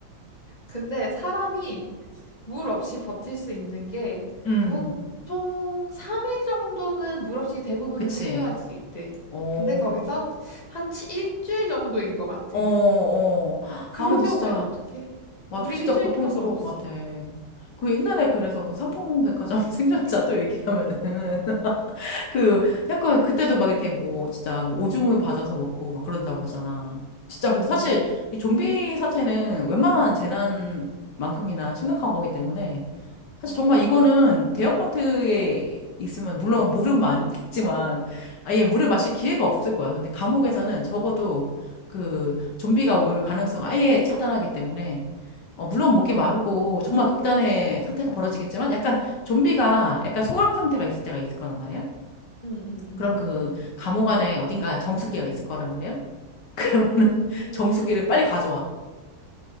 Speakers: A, on the left; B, on the left.
A: 근데 사람이 물 없이 버틸 수 있는 게
B: <laughs> 음,
A: 보통 3일 정도는 물 없이 대부분은
B: 그치.
A: 생존할 수 있대.
B: 어.
A: 근데 거기서 한 치- 일주일 정도인 것 같아.
B: 어, 어.
A: 그럴
B: 아, 근데
A: 경우에는
B: 진짜,
A: 어떡해?
B: 맞아.
A: 물이
B: 진짜
A: 일주일
B: 고통스러울
A: 동안 없어.
B: 것 같아. 그 옛날에 그래서 그 삼풍백화점 <laughs> 생존자 또 얘기하면은 <laughs> 그 약간 그때도 막 이렇게 뭐 진짜 뭐 오줌을 받아서 먹고 막 그런다고 그러잖아. 진짜
A: 응,
B: 근데
A: 응,
B: 사실 이 좀비 사태는 웬만한 재난만큼이나 심각한 거기 때문에 사실
A: 맞아.
B: 정말 이거는 대형마트에 있으면 물론 물은 많겠지만 아예
A: 응,
B: 물을 마실 기회가 없을 거야. 근데 감옥에서는 적어도 그 좀비가 올 가능성 아예 차단하기 때문에 어, 물론 목이 마르고 정말 극단의 사태가 벌어지겠지만 약간 좀비가 약간 소강 상태가 있을 때가 있을 거란 말이야.
A: 응, 응, 응.
B: 그럼 그 감옥 안에 어딘가 정수기가 있을 거란 말이야. <laughs> 그러면은
A: 음,
B: 정수기를 빨리 가져와.